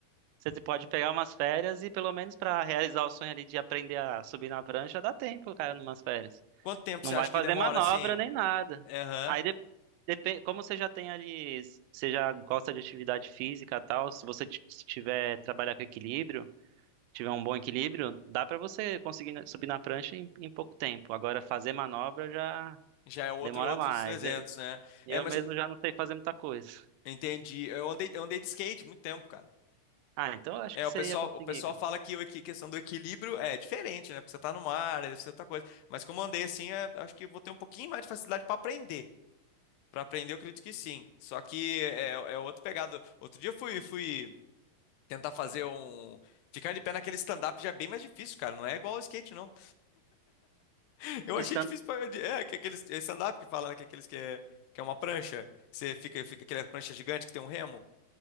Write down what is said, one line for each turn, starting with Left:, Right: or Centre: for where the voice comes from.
Right: você pode pegar umas férias e pelo menos pra realizar o sonho ali de aprender a subir na prancha, dá tempo, cara, numas férias.
Left: Quanto tempo
Right: Não
Left: você acha
Right: vai fazer
Left: que demora,
Right: manobra
Left: assim?
Right: nem nada.
Left: Aham.
Right: Aí de, depen- como você já tem ali, você já gosta de atividade física e tal, se você ti- se tiver trabalhar com equilíbrio, tiver um bom equilíbrio, dá pra você conseguir na- subir na prancha em, em pouco tempo. Agora fazer manobra já
Left: Já é outro,
Right: demora
Left: outros
Right: mais.
Left: 300,
Right: Eu,
Left: né?
Right: eu
Left: É, mas
Right: mesmo já não sei fazer muita coisa.
Left: Entendi. Eu andei, eu andei de skate muito tempo, cara.
Right: Ah, então eu acho
Left: É,
Right: que
Left: o
Right: você
Left: pessoal,
Right: ia conseguir,
Left: o pessoal
Right: cara.
Left: fala que a questão do equilíbrio é diferente, né? Porque você tá no mar, é outra coisa. Mas como eu andei assim, é- acho que vou ter um pouquinho mais de facilidade para aprender. Para aprender, eu acredito que sim. Só que é, é outro pegado. Outro dia eu fui, fui tentar fazer um. Ficar de pé naquele stand-up já é bem mais difícil, cara. Não é igual ao skate, não. <laughs> Eu achei
Right: Estando
Left: difícil pra. É, que aqueles é stand-up que fala, né? Que aqueles que é, que é uma prancha. Que você fica, fica aquela prancha gigante que tem um remo.